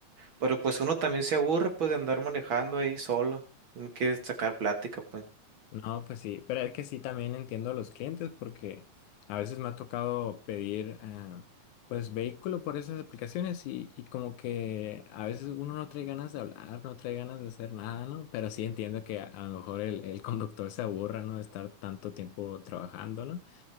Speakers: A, on the right (about 50°); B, on the left (about 75°).
A: Pero pues uno también se aburre, pues de andar manejando ahí solo, no quiere sacar plática, pues.
B: No, pues sí, pero es que sí también entiendo a los clientes porque a veces me ha tocado pedir ah, pues vehículo por esas aplicaciones y, y como que a veces uno no trae ganas de hablar, no trae ganas de hacer nada, ¿no? Pero sí entiendo que a, a lo mejor el, el conductor se aburra, ¿no? De estar tanto tiempo trabajando, ¿no?